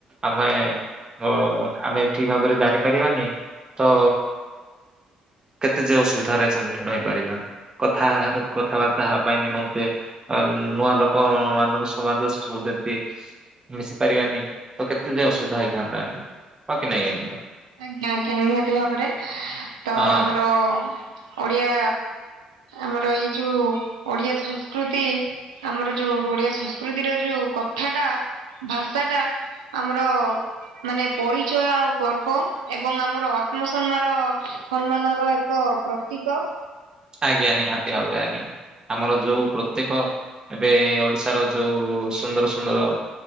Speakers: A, on the right (about 20°); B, on the right (about 75°).
A: ଆମେ ଅ ଆମେ ଠିକ୍ ଭାବରେ ଜାଣିପାରିବାନି ତ କେତେ ଯେ ଅସୁବିଧାରେ ସମ୍ମୁଖୀନ ହେଇପାରିବା କଥା କଥାବାର୍ତ୍ତା ହେବା ପାଇଁ ନିମନ୍ତେ ନୂଆ ଲୋକ ମାନଙ୍କ ସମାଜରେ ସବୁ ଯେମିତି ମିଶି ପାରିବାନି ତ କେତେ ଯେ ଅସୁବିଧା ହେଇଥାନ୍ତା ଆଜ୍ଞା ହଁ କି ନାଇଁ ଆଜ୍ଞା
B: ଆଜ୍ଞା ଆଜ୍ଞା ନିହାତି ଭାବରେ
A: ହଁ
B: ତ ଆମର ଓଡିଆ ଆମର ଏଇ ଯୋଉ ଓଡିଆ ସଂସ୍କୃତି ଆମର ଯୋଉ ଓଡିଆ ସଂସ୍କୃତିର ଯୋଉ କଥାଟା ଭାଷା ଟା ଆମର ମାନେ ପରିଚୟ ଆଉ ଗର୍ବ ଏବଂ ଆମର ଆତ୍ମସନ୍ମାନ ସମ୍ମାନର ଏକ ପ୍ରତୀକ
A: ଆଜ୍ଞା ନିହାତି ଭାବରେ ଆଜ୍ଞା ଆମର ଯୋଉ ପ୍ରତ୍ୟେକ ଏବେ ଓଡିଶାର ଯୋଉ ସୁନ୍ଦର ସୁନ୍ଦର